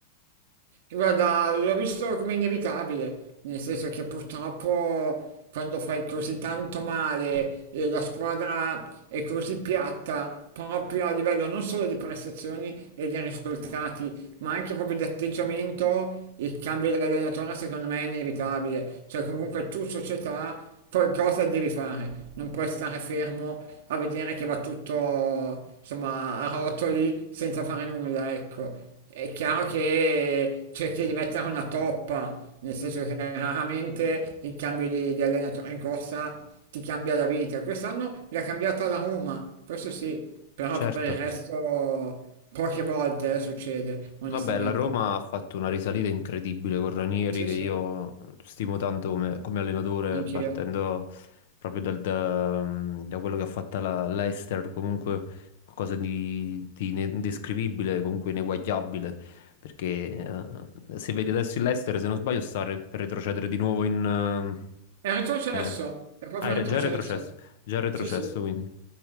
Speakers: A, on the right; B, on the left.
A: Guarda, l'ho visto come inevitabile, nel senso che purtroppo quando fai così tanto male e la squadra è così piatta, proprio a livello non solo di prestazioni e di risultati, ma anche proprio di atteggiamento, il cambio di allenatore secondo me è inevitabile. Cioè comunque tu società qualcosa devi fare, non puoi stare fermo a vedere che va tutto insomma a rotoli senza fare nulla, ecco. È chiaro che cerchi di mettere una toppa, nel senso che raramente il cambio di, di allenatore in corsa ti cambia la vita. Quest'anno l'ha cambiata la Roma, questo sì, però
B: Certo,
A: per il resto poche volte eh, succede, onestamente.
B: Vabbè, la Roma ha fatto una risalita incredibile con Ranieri,
A: Sì,
B: che
A: sì,
B: io stimo tanto come, come allenatore,
A: anch'io.
B: partendo proprio dal- da, mm, da quello che ha fatto la l'Leicester, comunque qualcosa di, di ine- indescrivibile, comunque ineguagliabile, perché eh, se vedi adesso il Leicester, se non sbaglio, sta re- per retrocedere di nuovo in, eh,
A: È retrocesso,
B: eh.
A: è proprio
B: Ah, è
A: retrocesso.
B: re- già è retrocesso, già è retrocesso
A: Sì, sì.
B: quindi.